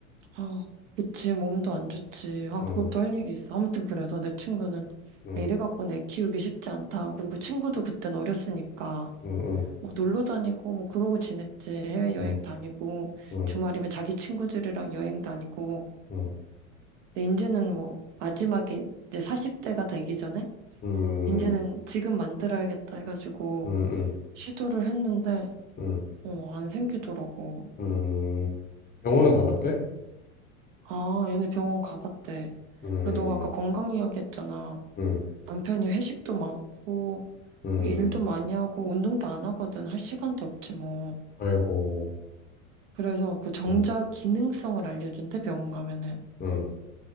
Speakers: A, on the right; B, on the left.
A: 아, 그치, 몸도 안 좋지. 아,
B: 응,
A: 그것도 할 얘기 있어. 아무튼 그래서 내 친구는
B: 응,
A: 이래 갖고는 애 키우기 쉽지 않다. 그리고 친구도 그땐 어렸으니까
B: 응, 응,
A: 뭐 놀러 다니고 뭐 그러고 지냈지. 해외여행
B: 응,
A: 다니고
B: 응,
A: 주말이면 자기 친구들이랑 여행 다니고.
B: 응,
A: 근데 이제는 뭐 마지막에 이제 40대가 되기 전에
B: 응,
A: 이제는 지금 만들어야겠다 해가지고
B: 응, 응,
A: 시도를 했는데
B: 응.
A: 어, 안 생기더라고.
B: 응. 병원은
A: 음.
B: 가봤대?
A: 아, 얘네 병원 가봤대.
B: 응,
A: 그리고 너가 아까 건강 이야기 했잖아.
B: 응,
A: 남편이 회식도 많고
B: 응.
A: 일도 많이 하고 운동도 안 하거든. 할 시간도 없지 뭐.
B: 아이고,
A: 그래서 그 정자
B: 응,
A: 기능성을 알려준대 병원 가면은.
B: 응,